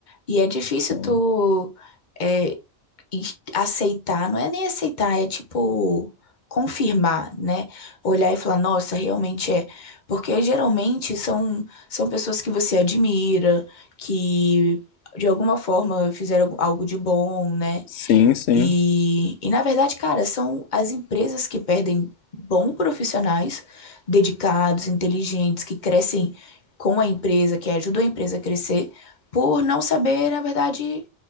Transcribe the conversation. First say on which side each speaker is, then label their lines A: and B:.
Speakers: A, on the left; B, on the left.
A: E é difícil
B: Então,
A: tu é, e- aceitar, não é nem aceitar, é tipo confirmar, né? Olhar e falar, nossa, realmente é. Porque geralmente são, são pessoas que você admira, que de alguma forma fizeram algo algo de bom, né?
B: sim, sim.
A: E, e na verdade, cara, são as empresas que perdem bons profissionais, dedicados, inteligentes, que crescem com a empresa, que ajudam a empresa a crescer, por não saber, na verdade,